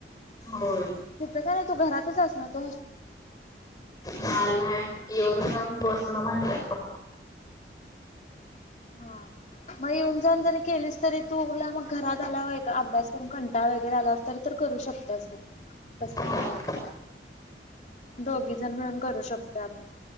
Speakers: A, on the left (about 20°); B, on the left (about 40°).
A: होय.
B: तिथं का नाय त घरातच अस ना तु.
A: हा नाय येऊन बसन म्हंटलं
B: हा मग येऊन जाऊन जरी केलीस तरी तू मग घरात आला हो अभ्यास करून कंटाळय ग आवर तर करू शकते बघ तस
A: होय.
B: दोघी जण मिळून करू शकतोय आपण